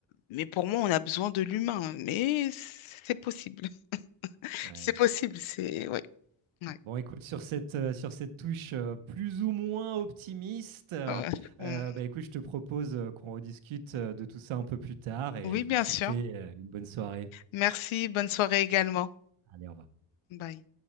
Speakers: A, on the left (about 90°); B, on the right (about 90°).
A: mais pour moi, on a besoin de l'humain. Mais c'est possible. <laughs>
B: Ouais.
A: C'est possible, c'est... ouais. Ouais.
B: Bon, écoute, sur cette, euh, sur cette touche euh, plus ou moins optimiste, euh,
A: Ouais. <laughs>
B: euh,
A: On-
B: bah, écoute, je te propose euh, qu'on rediscute euh, de tout ça un peu plus tard et
A: Oui,
B: je
A: bien
B: vais te souhaiter
A: sûr.
B: euh, une bonne soirée.
A: Merci. Bonne soirée également.
B: Allez, au revoir.
A: Bye.